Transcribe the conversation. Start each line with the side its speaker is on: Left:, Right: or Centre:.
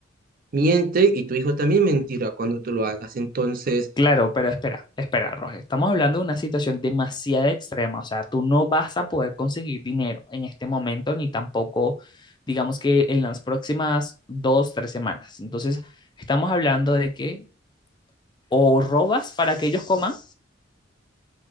Right: Miente y tu hijo también mentirá cuando tú lo hagas. Entonces,
Left: Claro, pero espera, espera, Roger. Estamos hablando de una situación demasiado extrema. O sea, tú no vas a poder conseguir dinero en este momento, ni tampoco, digamos que en las próximas dos, tres semanas. Entonces, estamos hablando de que o robas para que ellos coman